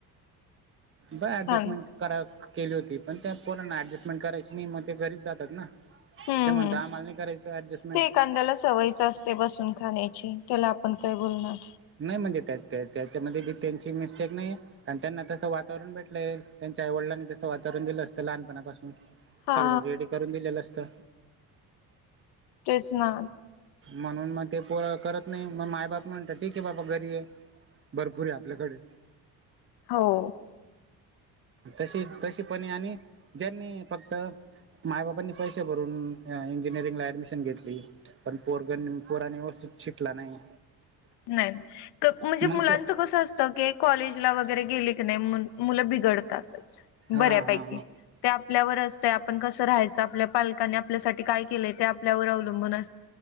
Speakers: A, on the right; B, on the left.
A: बर ऍडजस्मेंट
B: हा
A: करा केली होती पण त्या पोर ऍडजस्टमेंट करायची नाही मग ते घरीच जातात ना
B: हम्म
A: ते म्हणता
B: हम्म
A: आम्हाला नाही करायचं ऍडजस्टमेंट
B: ते एखादया सवयीचं असतं बसून खाण्याची त्याला आपण काय बोलणार
A: नाही म्हणजे त्यात त्याच्यामध्ये त्यांची मिस्टेक नाही आहे. कारण त्यांना तसं वातावरण भेटलंल त्यांच्या आईवडिलांनी तसं वातावरण दिलं असतं लहानपणापासून
B: हा
A: सगळं रेडी करून दिलेलं असतं
B: तेच ना
A: म्हणून मग ते पोर करत नाही मग माय बाप म्हणतात. ठीक आहे बाबा घरी आहे भरपूर आहे आपल्याकडे
B: हो
A: तशी तशी पणे आणि ज्यांनी फक्त माय बापांनी पैसे भरून इंजिनिअरिंगला ऍडमिशन घेतली. पण पोरगण पोरांना व्यवस्थित शिकला नाही.
B: नाही म्हणजे
A: मग
B: मुलांचं
A: तो
B: कसं असतं की कॉलेजला वगैरे गेले की नाही म्हणून मुलं बिघडतातच
A: हा
B: बऱ्यापैकी
A: हा हा
B: ते आपल्यावर असतं आपण कसं राहायचं. आपल्या पालकांने आपल्यासाठी काय केलंय ते आपल्यावर अवलंबून असत